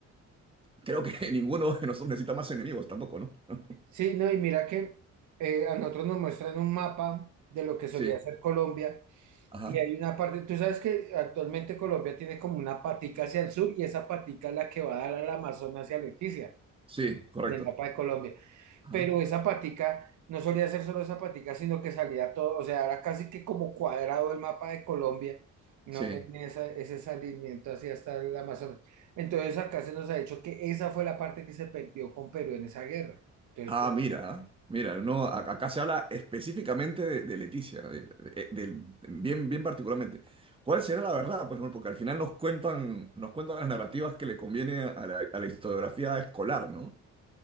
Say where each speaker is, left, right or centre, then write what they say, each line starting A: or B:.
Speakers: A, on the right (about 15°); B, on the right (about 75°).
A: creo que <laughs> ninguno de nosotros necesita más enemigos tampoco, ¿no? <laughs>
B: Sí, no, y mira que eh, a nosotros nos muestran un mapa de lo que solía
A: Sí,
B: ser Colombia
A: ajá,
B: y hay una parte, tú sabes que actualmente Colombia tiene como una patica hacia el sur y esa patica es la que va a dar al Amazonas hacia Leticia
A: sí, correcto,
B: en el mapa de Colombia,
A: ajá,
B: pero esa patica no solía ser solo esa patica, sino que salía todo, o sea, era casi que como cuadrado el mapa de Colombia, no
A: sí.
B: tenía esa- ese salimiento hacia hasta el Amazonas. Entonces acá se nos ha dicho que esa fue la parte que se perdió con Perú en esa guerra. Entonces,
A: Ah,
B: por
A: mira, ah, mira, no, a- acá se habla específicamente de, de Leticia, de- de- del- bien, bien particularmente. ¿Cuál será la verdad? Pues no, porque al final nos cuentan, nos cuentan las narrativas que le conviene a la, a la historiografía escolar, ¿no?